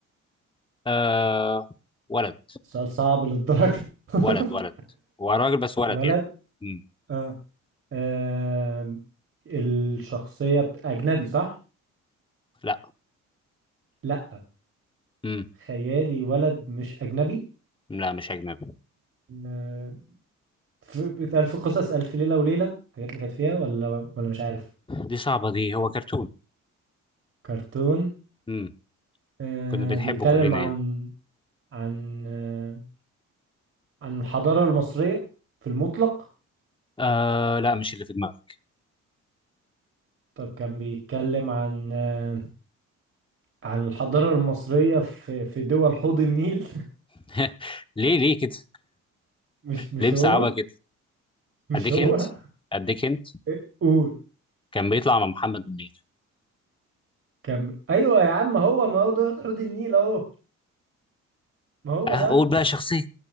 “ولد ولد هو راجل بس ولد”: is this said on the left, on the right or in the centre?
Left